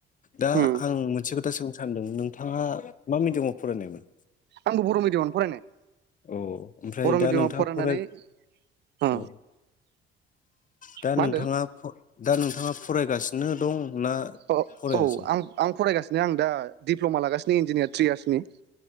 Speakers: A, on the left (about 25°); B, on the right (about 35°).
A: दा
B: उम
A: आं मोनसे खोथा सों सानदों नोंथाङा मा मिडियामाव फरायनायमोन?
B: आंबो बर मिडियामावनो फरायनाय।
A: अ ओमफ्राय
B: बर'
A: दा
B: मिडियामाव
A: नोंथाङा
B: फरायनानै
A: फराय
B: ओ
A: औ दा
B: मा
A: नोंथाङा
B: होनदों
A: फ दा नोंथाङा फरायगासिनो दं ना
B: अ
A: फरायासै
B: औ आं आं फरायगासिनो आं दा दिप्लमा लागासि <unintelligible> इन्जिनियार थ्रि इयार्सनि